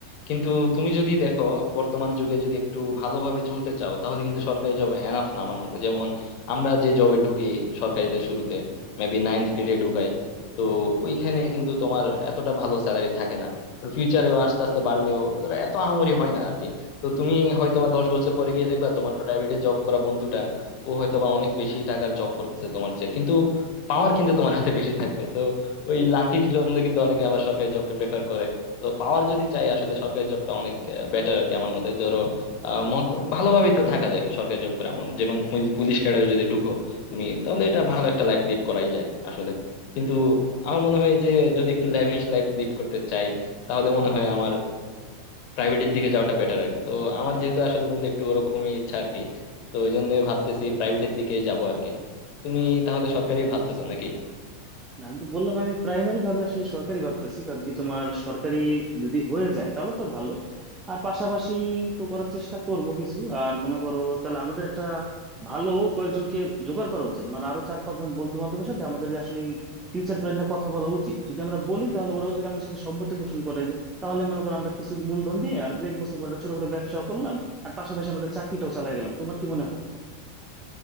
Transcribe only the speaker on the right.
না আমি তো বললাম আমি প্রাইমারি ভাবে আসলে সরকারি ভাবতেছি কারণ কি তোমার সরকারি যদি হয়ে যায় তাহলে তো ভালো আর পাশাপাশি তো করার চেষ্টা করব কিছু আর মনে করো তাহলে আমাদের একটা ভালো কয়েকজনকে জোগাড় করা উচিত মানে আরো চার পাঁচজন বন্ধু বান্ধবের সাথে আমাদের আসলে ফিউচার প্ল্যান নিয়ে কথা বলা উচিত যদি আমরা বলি তাহলে ওরাও যদি আমাদের সাথে সম্মতি পোষণ করে যে তাহলে মনে করো আমরা কিছু মূলধন দিয়ে আর দু এক বছর পরে একটা ছোটখাটো ব্যবসা করলাম আর পাশাপাশি আমাদের চাকরিটাও চালিয়ে গেলাম তোমার কি মনে হয়